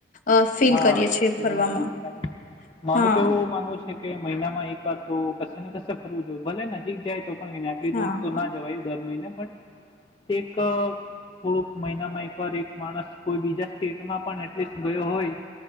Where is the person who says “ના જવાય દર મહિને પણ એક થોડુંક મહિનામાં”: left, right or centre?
Left